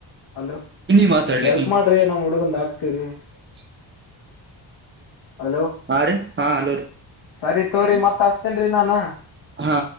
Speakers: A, on the left (about 55°); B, on the right (about 25°).
A: ಹಲೋ
B: ನೀ ಮಾತಾಡ್ಲ
A: ಹೆಲ್ಪ್ ಮಾಡ್ರಿ ನಮ್ ಹುಡುಗಂದ ಹಾಕ್ತಿತಿವರಿ
B: <unintelligible>
A: ಹಲೋ
B: ಹಾ ರೀ ಹಾ ಹಲೋ ರೀ
A: ಸರಿ ತೋರಿ ಮತ್ತ ಹಸ್ತೇನ್ರಿ ನಾನ
B: ಹಾ